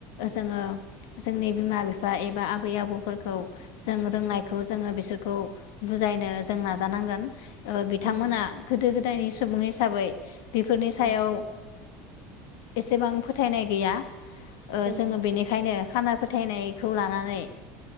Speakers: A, on the left; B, on the right.
A: जोङो जोंनि बिमा बिफा एबा आबै आबौ खौ जों रोंनायखौ
B: औ
A: जोङो बिसोरखौ खौ बुजायनो जों नाजानांगोन बिथांमोना
B: औ नंगौ
A: गोदो गोदायनि सुबुं हिसाबै बेफोरनि सायाव
B: औ
A: एसेबां फोथायनाय गैया दैया
B: औ
A: जोङो बेनिखायनो खाना फोथायनायखौ लानानै